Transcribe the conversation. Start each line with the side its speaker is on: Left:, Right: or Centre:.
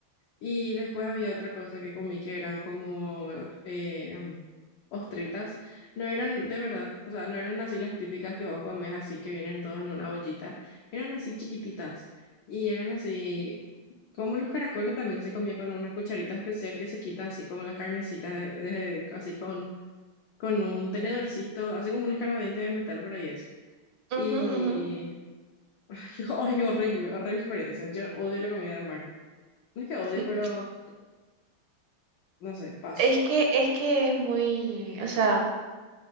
Left: Y después había otra cosa que comí que eran como eh, ostritas. No eran de verdad, o sea, no eran así las típicas que vos comes así que vienen todos en una ollita. Eran así chiquititas. Y eran así, como los caracoles también se comía con una cucharita especial que se quita así como la carnecita, de, de- así con, con un tenedorcito, así como un escarbadiente de metal por ahí es.
Right: ujú,
Left: Y
Right: ujú, ujú.
Left: Ay, <laughs> ay, horrible, horrible experiencia. Yo odio la comida de mar. No es que odie,
Right: <laughs>
Left: pero no sé, paso.
Right: Es que, es que es muy, o sea,